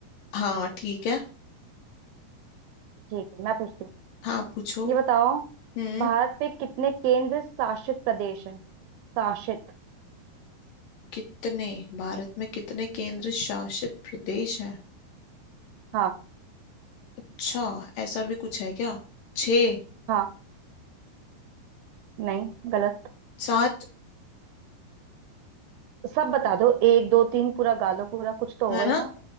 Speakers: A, on the left (about 75°); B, on the right (about 80°).
A: हाँ ठीक है
B: ठीक है मैं पूछती हूँ
A: हाँ पूछो
B: ये बताओ
A: हम्म
B: भारत पे कितने केंद्र शासित प्रदेश हैं शासित
A: कितने भारत में कितने केंद्र शासित प्रदेश हैं
B: हाँ
A: अच्छा ऐसा भी कुछ है क्या छः
B: हाँ नहीं गलत
A: सात
B: सब बता दो एक दो तीन पूरा गालो पूरा कुछ तो
A: है
B: होगा ही
A: ना
B: ना